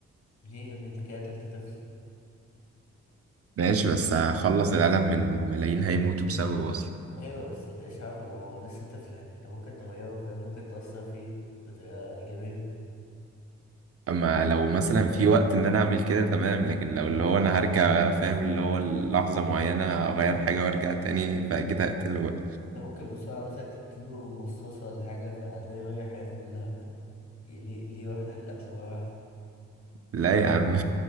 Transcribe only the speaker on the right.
ماشي بس هخلص العالم من ملايين هيموتوا بسببه أصلا
اما لو مثلا في وقت ان انا اعمل كده تمام لكن لو اللي هو انا هرجع فاهم اللي هو لحظة معينة اغير حاجة وارجع تاني فاكيد هقتله بقى
لا يا عم